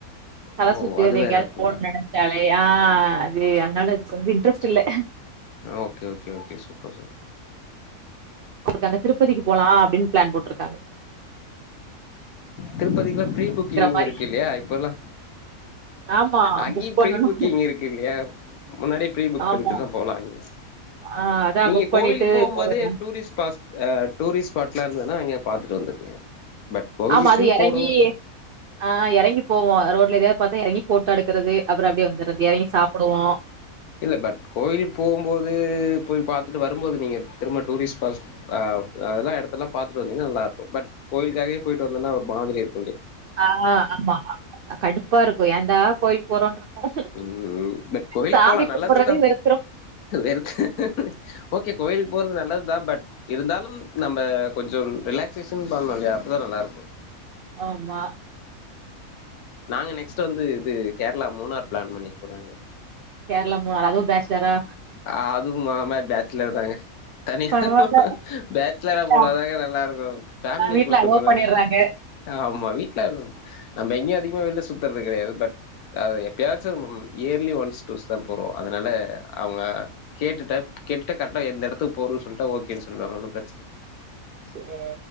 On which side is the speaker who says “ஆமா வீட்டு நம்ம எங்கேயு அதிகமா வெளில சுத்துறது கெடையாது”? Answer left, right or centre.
Left